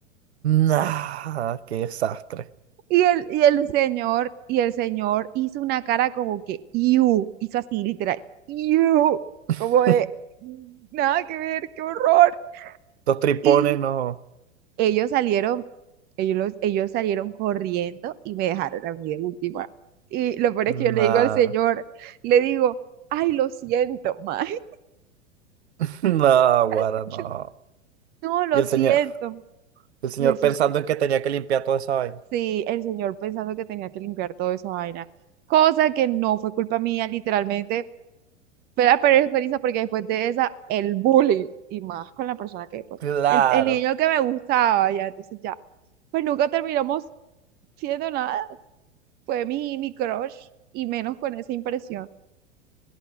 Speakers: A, on the right (about 65°); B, on the right (about 25°).
A: Nah. Qué desastre.
B: Y el, y el señor, y el señor hizo una cara como que, "Iu", hizo así, literal, "Iu",
A: <laughs>
B: como de, nada que ver, qué horror.
A: Dos tripones,
B: Y
A: no.
B: ellos salieron, ellos, ellos salieron corriendo y me dejaron a mí de última. Y lo peor
A: Nah.
B: es que yo le digo al señor, le digo, ay, lo siento, maestro.
A: <laughs> No,
B: <laughs>
A: guara, no.
B: no, lo
A: Y el
B: siento.
A: señor. El señor
B: Y el señor,
A: pensando en que tenía que limpiar toda esa vaina.
B: sí, el señor pensando que tenía que limpiar toda esa vaina, cosa que no fue culpa mía, literalmente fue la peor experiencia porque después de esa, el bullying, y más con la persona que, pues,
A: Claro,
B: el, el niño que me gustaba, ya, entonces ya, pues nunca terminamos siendo nada, fue mi, mi crush, y menos con esa impresión,